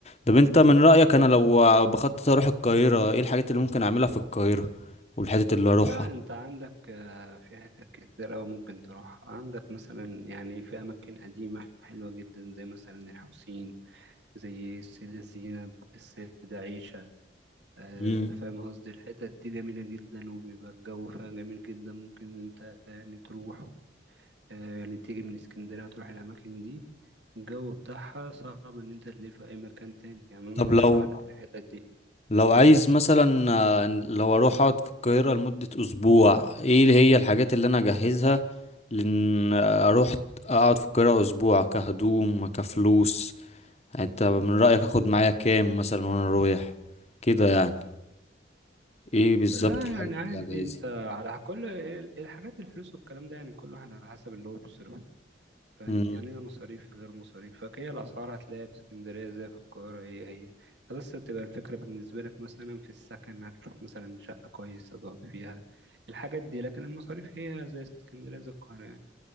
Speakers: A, on the left; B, on the right.
A: طب انت من رأيك انا لو بخطط اروح القاهرة ايه الحاجات اللي ممكن اعملها في القاهرة والحتت اللي اروحها
B: لا أنت عندك آه، في حتت كتير أوي ممكن تروح عندك مثلا يعني في أماكن قديمة حلوة جدا زي مثلا الحسين زي السيدة زينب السيدة عيشة آه،
A: مم.
B: فاهم قصدي الحتت دي جميلة جدا وبيبقى الجو فيها جميل جدا ممكن انت يعني تروح آه، يعني تيجي من اسكندرية وتروح الأماكن دي الجو بتاعها صعب إن أنت تلاقيه في أي مكان تاني يعني أنا
A: طب
B: أرشح
A: لو
B: لك الحتت دي
A: لو عايز مثلا آه، لو اروح اقعد في القاهرة لمدة اسبوع ايه اللي هي الحاجات اللي انا اجهزها لان آه، اروح اقعد في القاهرة اسبوع كهدوم كفلوس يعني انت من رأيك اخد معايا كام مثلا وانا رايح كده يعني ايه بالظبط
B: لا
A: الحاجات
B: يعني عادي
A: اللي هجهزها
B: أنت على كل الحاجات الفلوس والكلام ده يعني كل واحد على حسب اللي هو بيصرفه فاهم
A: مم.
B: يعني ليها مصاريف غير مصاريف فهي الأسعار هتلاقيها في اسكندرية زي في القاهرة هي هي انت بس بتبقى الفكرة بالنسبة لك مثلا في السكن هتشوف مثلا شقة كويسة تقعد فيها الحاجات دي لكن المصاريف هي زي اسكندرية زي القاهرة يعني